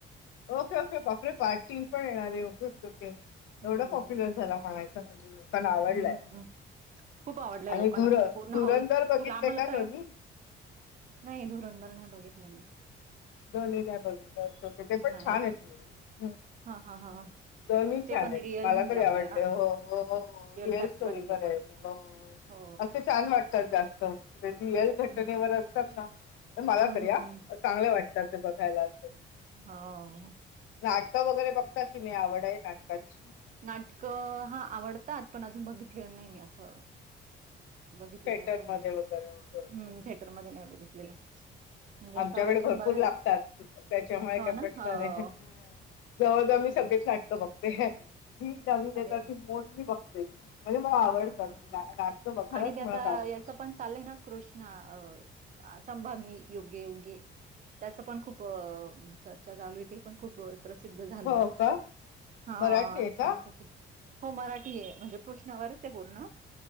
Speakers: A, on the left; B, on the right.
A: ओके, ओके, बापरे! पार्ट तीन पण येणार आहे. Okay, okay, okay.
B: हं,
A: एवढा पॉप्युलर झाला म्हणायच. पण आवडलाय
B: हं, हं. खूप आवडलंय
A: आणि
B: लोकांना
A: दुर
B: म्हणजे पूर्ण
A: धुरंधर
B: हाऊसफुल
A: बघितले
B: आम्हाला
A: का
B: तर,
A: दोन्ही
B: नाही, धुरंधर नाही बघितला मी
A: दोन <unintelligible> बघितलेत. ते पण
B: नाही.
A: छान आहेत.
B: हा हा हा
A: दोन्ही
B: ते
A: छान
B: पण
A: आहेत.
B: रिअल
A: मला
B: म्हणजे
A: तरी
B: आपल्या
A: आवडले. हो हो हो, रिअल
B: फॅक्टवर
A: स्टोरी
B: आहे ते
A: वर आहेत.
B: पण
A: हो.
B: हो
A: असं छान वाटतात जास्त, रिअल
B: हम्म
A: घटनेवर असतात ना, तर मला
B: हम्म
A: तरी हां,
B: हम्म हम्म
A: चांगले वाटतात ते बघायला असं.
B: हो
A: नाटकं वगैरे बघता की मी आवड आहे नाटकांची
B: नाटकं हा आवडतात पण अजून बघितलेलं नाही मी असं बघितलेलं
A: थिएटर
B: नाही
A: मध्ये
B: अजून
A: वगैरे असं होतं.
B: हम्म थिएटरमध्येध्ये नाही बघितलेलं म्हणजे
A: आमच्याकडे
B: असं आवडतं
A: भरपूर
B: बघायला
A: लागतात त्याच्यामुळे का
B: हो
A: प्रश्न
B: ना हो
A: नाही. जवळजवळ मी सगळे च नाटकं बघते जी नवीन येतात
B: अरे वा
A: ती मोस्टली बघतेचं. म्हणजे मला
B: हा
A: आवडतात
B: हा हा
A: ना नाटकं बघायलाच
B: आणि ते
A: मुळात
B: आता
A: आवडतं.
B: याच पण चालय ना कृष्णा अ संभामी योगे उगे त्याच पण खूप चर्चा चालू होती ती पण खूप प्रसिद्ध झालंय
A: हो का
B: हा
A: मराठी आहे
B: संस्कृती
A: का?
B: हो मराठी आहे म्हणजे कृष्णावरच आहे बोल ना